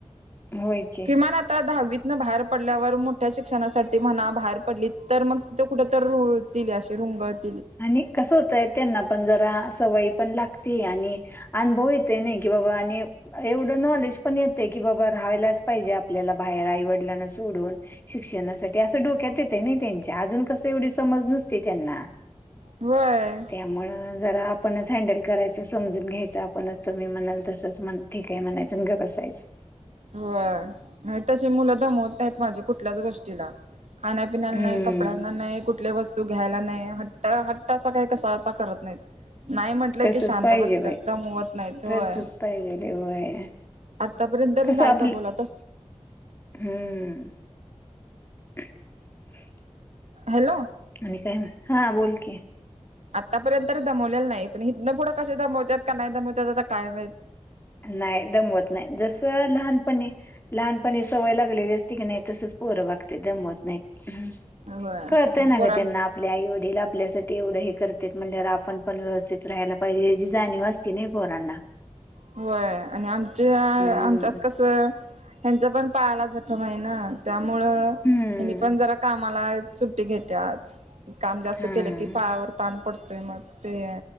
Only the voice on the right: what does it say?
किमान आता दहावीत ना बाहेर पडल्यावर मोठ्या शिक्षणासाठी म्हणा बाहेर पडली तर मग तिथं कुठं तर रुळतील अशी रुंगत
होय.
हो आणि तशी मुलं दमवत नाहीत माझी कुठल्याच गोष्टीला खाण्या पिण्याला
नाही कपड्यांना नाही कुठले वस्तू तू घ्यायला नाही हट्ट हट्ट अस काही कसाचा करत नाहीत नाही म्हटलं
कि शांत
बसतात
दमवत नाहीत होय
आतापर्यंत तरी
नाही
दमवलं
हॅलो
आतापर्यंत तर दमवलेलं नाही पण हितन पुढं कसं दमवतात का नाही दमवत्या आता काय माहीत
होय
पोरां
होय आणि आमच्या
आमच्यात कसं ह्यांचं पण पाहाला जखम आहे ना त्यामुळं
हनी पण जरा कामाला सुट्टी घेत्यात काम जास्त
केलं की पायावर ताण पडतोय मग ते